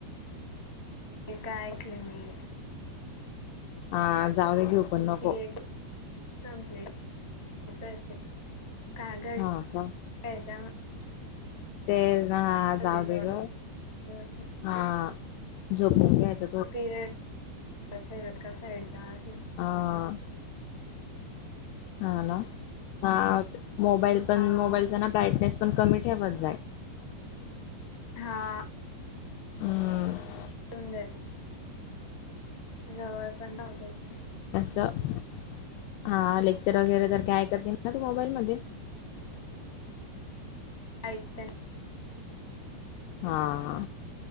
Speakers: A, on the left; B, on the left.
A: ते काय खर नाय ये.
B: आ जाऊय घेऊ पण नको.
A: ती एक संपलीेत विचारते कागड
B: हा का?
A: त्याच्या म
B: ते जा जाऊ
A: होती
B: दे
A: थोडी
B: ग
A: होती
B: हा झोपून घ्यायच.
A: पिरेड कसंय कसंय जाज -
B: आं हा ना हा ते मोबाईल पण
A: हा
B: मोबाईलचां ना ब्राईटनेस पण कमी ठेवत जाय.
A: हा
B: हम्म
A: करून देते जवळ पण राहू देत नाय
B: त हा लेक्चर वगैरे जर काय ऐकत नाही ना ती मोबाईल मध्ये
A: ऐकते
B: हा हा